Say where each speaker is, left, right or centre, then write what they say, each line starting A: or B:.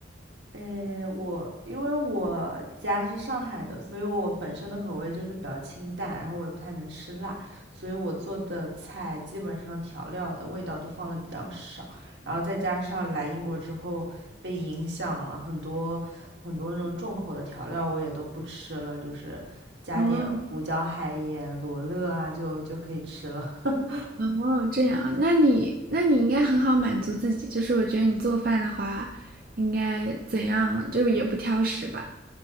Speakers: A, on the right; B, on the right.
A: 诶，我因为我家是上海的，所以我本身的口味就是比较清淡，然后我也不太能吃辣，所以我做的菜基本上调料的味道都放的比较少，然后再加上来英国之后被影响了很多很多那种重口的调料，我也都不吃了，就是加点胡椒、
B: 哦
A: 海盐、罗勒啊，就就可以吃了。<laughs>
B: 哦，这样，那你那你应该很好满足自己，就是我觉得你做饭的话，应该怎样，就是也不挑食吧。